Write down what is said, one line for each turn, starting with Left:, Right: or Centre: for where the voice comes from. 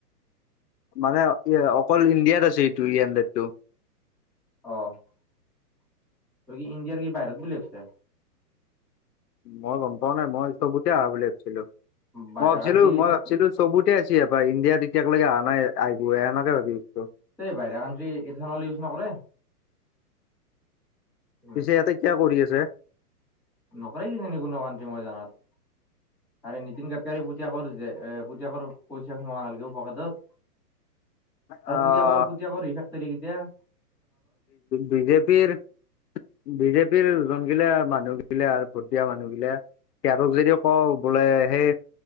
Left: মানে অকল ইণ্ডিয়াত আছে এইটো ই হানড্ৰেড টো-
Centre: অঁ তই কি ইণ্ডিয়াৰ কি বাহিৰত বুলি ভাবিছা।
Left: মই গম পোৱা নাই মই চবুতে আহা বুলি ভাবিছিলোঁ
Centre: বাহিৰা
Left: মই ভাবিছিলোঁ
Centre: কাণ্ট্ৰি এই
Left: মই ভাবিছিলোঁ- চবুতে আছে ইয়াৰ পৰা ইণ্ডিয়াত এতিয়ালৈকে অহা নাই আহিবহে এনেকে ভাবি-
Centre: এই বাহৰা কানত্ৰি ইথান'ল ইউজ নকৰে। ইমান।
Left: পিছে ইয়াতে কিয় কৰি আছে।
Centre: নকৰে কিজানি কোনো কানত্ৰি মই জানাত। আৰে নীতিন গাডকাৰী পুতেকৰ যে এ পুতেকৰ পইচা সোমাব নালাগে পকেটত।
Left: <unintelligible>
Centre: তাৰ
Left: আহ
Centre: পুতেকৰ পুতেকৰ কৰ ফেক্টৰী কেইতা-
Left: বিজেপিৰ- বিজেপিৰ যোন গিলা মানুহ গিলা আৰু ভোট দিয়া মানুহগিলা- তেওঁলোক যদি কওঁ বোলে সেই